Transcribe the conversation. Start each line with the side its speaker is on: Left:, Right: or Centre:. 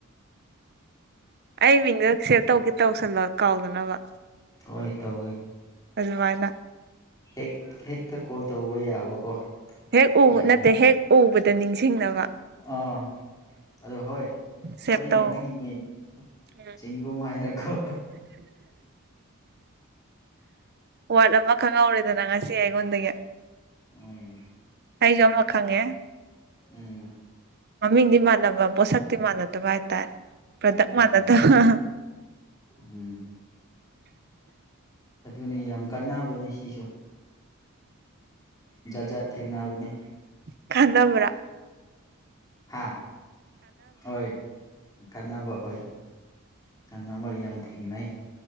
Right: ꯑꯩ ꯃꯤꯡꯗ ꯁꯦꯔ ꯇꯧꯒꯦ ꯇꯧꯁꯜꯂꯣ ꯀꯥꯎꯗꯅꯕ
Left: ꯍꯣꯏ ꯇꯧꯋꯦ
Right: ꯑꯗꯨꯃꯥꯏꯅ
Left: ꯍꯦꯛ ꯍꯦꯛꯇ ꯀꯣꯜ ꯇꯧꯕ ꯌꯥꯕꯀꯣ
Right: ꯍꯦꯛ ꯎꯕ
Left: ꯌꯥꯗꯅ
Right: ꯅꯠꯇꯦ ꯍꯦꯛ ꯎꯕꯗ ꯅꯤꯡꯁꯤꯡꯅꯕ
Left: ꯑꯥ ꯑꯗꯣ ꯍꯣꯏ
Right: ꯁꯦꯞ
Left: ꯍꯣꯏꯅꯦ
Right: ꯇꯧ
Left: ꯅꯪꯒꯤ ꯃꯤ
Right: ꯎꯝ
Left: ꯆꯤꯡꯒꯨꯝ ꯍꯥꯏꯅꯀꯣ ꯍ
Right: ꯋꯥꯠ ꯑꯃ ꯈꯪꯍꯧꯔꯦꯗꯅ ꯉꯁꯤ ꯑꯩꯉꯣꯟꯗꯒꯤ
Left: ꯍꯣꯏꯅꯦ
Right: ꯑꯩꯖꯨ ꯑꯃ ꯈꯪꯉꯦ
Left: ꯎꯝ
Right: ꯃꯃꯤꯡꯗꯤ ꯃꯥꯟꯅꯕ ꯄꯣꯠꯁꯛꯇꯤ ꯃꯥꯟꯅꯗꯕ ꯍꯥꯏꯇꯥꯔꯦ ꯄ꯭ꯔꯗꯛ
Left: ꯎꯝ
Right: ꯃꯥꯟꯅꯗꯕ
Left: ꯎꯝ ꯑꯗꯨꯅꯤ ꯌꯥꯝ ꯀꯥꯟꯅꯕꯅꯦ ꯁꯤꯁꯨ ꯖꯥꯠ ꯖꯥꯠ ꯊꯦꯡꯅꯕꯅꯤ
Right: ꯀꯟꯅꯥꯕ꯭ꯔꯥ
Left: ꯍꯥꯥ ꯍꯣꯏ ꯀꯥꯟꯅꯕ ꯍꯣꯏ ꯀꯥꯟꯅꯕ ꯌꯥꯝ ꯊꯦꯡꯅꯩ